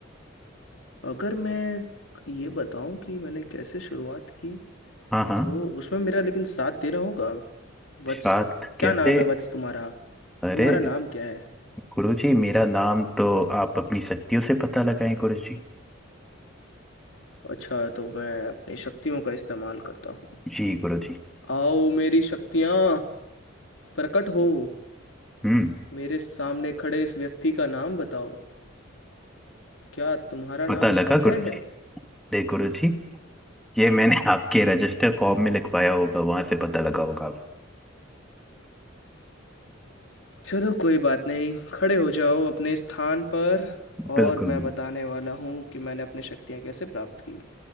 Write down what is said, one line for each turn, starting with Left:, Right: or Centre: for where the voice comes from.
Left: अगर मैं ये बताऊं कि मैंने कैसे शुरुआत की
Centre: हाँ हाँ
Left: तो उसमें मेरा लेकिन साथ देना होगा वत्स
Centre: शाक्त
Left: क्या
Centre: कैसे
Left: नाम है वत्स तुम्हारा
Centre: अरे
Left: तुम्हारा नाम क्या है
Centre: गुरु जी मेरा नाम तो आप अपनी शक्तियों से पता लगाएं गुरु जी
Left: अच्छा तो मैं अपनी शक्तियों का इस्तेमाल करता हूँ
Centre: जी गुरु जी
Left: आओ मेरी शक्तियाँ प्रकट हो
Centre: हम्म
Left: मेरे सामने खड़े इस व्यक्ति का नाम बताओ क्या तुम्हारा
Centre: पता
Left: नाम
Centre: लगा
Left: अभय
Centre: गुरु
Left: है
Centre: जी देख गुरु जी ये मैंने <laughs> आपके रजिस्टर फॉर्म में लिखवाया होगा वहां से पता लगा होगा आप
Left: चलो कोई बात नहीं खड़े हो जाओ अपने स्थान पर और
Centre: बिल्कुल
Left: मैं
Centre: बिल्कुल
Left: बताने वाला हूँ कि मैंने अपनी शक्तियाँ कैसे प्राप्त की